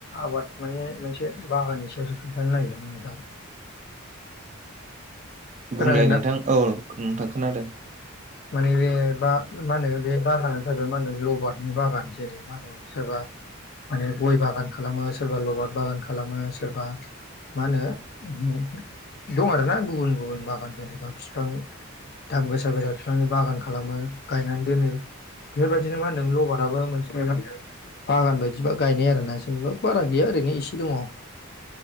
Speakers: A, on the left (about 50°); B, on the right (about 35°).
A: आबाद माने मोनसे बागाननि सायावसो खोन्थानो नागिरदोंमोन नोंथां। खोनादों
B: बुंलाय नोंथां
A: दा
B: औ नोंथां खोनादों।
A: माने बे बा मा होनो बे बागानानो थाबबाय मा होनदों लबारनि बागान जेरै मा होनो सोरबा माने गय बागान खालामो सोरबा लबार बागान खालामो। सोरबा मा होनो दं आरोना गुबुन गुबुन बागान जेनेबा बिफां दाम गोसा गोसा। बिफांनि बागान खालामो गायनानै दोनो बेफोरबायदिनो मा होनदों लबाराबो मोनसे बागान बायदिबा गायनाय आरोना जेनेबा बारा गैया ओरैनो इसे दङ।